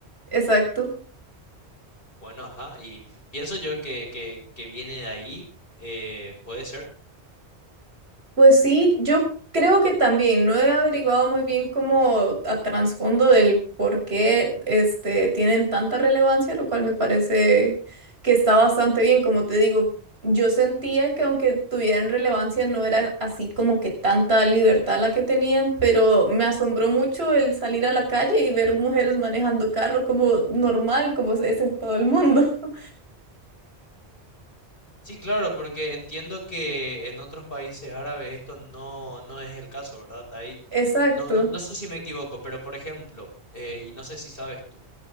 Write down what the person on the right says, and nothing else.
exacto.
Pues sí, yo creo que también no he averiguado muy bien como a trasfondo del por qué este, tienen tanta relevancia, lo cual me parece que está bastante bien. Como te digo, yo sentía que aunque tuvieran relevancia no era así como que tanta libertad la que tenían, pero me asombró mucho el salir a la calle y ver mujeres manejando carro como normal, como es en todo el mundo. <laughs>
Exacto.